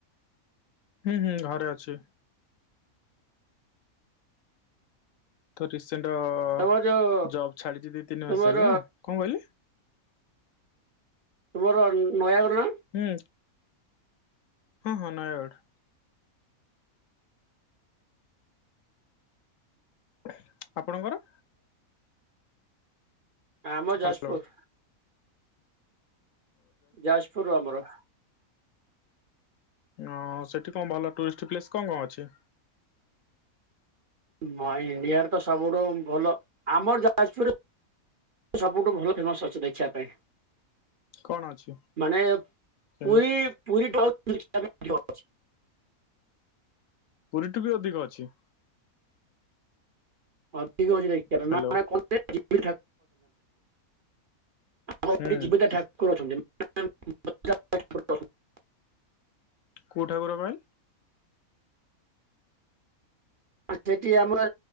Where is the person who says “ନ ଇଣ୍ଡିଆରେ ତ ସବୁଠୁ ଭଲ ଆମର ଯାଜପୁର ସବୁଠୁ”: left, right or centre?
Right